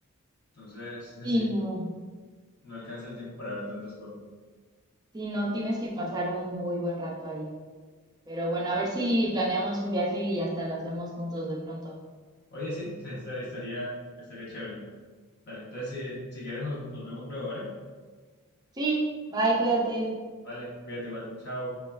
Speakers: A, on the left; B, on the right.
A: Entonces, <laughs>
B: Sí,
A: sí,
B: no,
A: no alcanza el tiempo para ver tantas cosas.
B: sí, no, tienes que pasar un muy buen rato ahí. Pero bueno, a ver si planeamos un viaje y hasta lo hacemos juntos de pronto.
A: Oye, sí, <laughs> estaría, estaría chévere. Vale, entonces si, si quieres nos, nos vemos luego, ¿vale?
B: Sí, bye, cuídate.
A: Vale, cuídate igual, chao.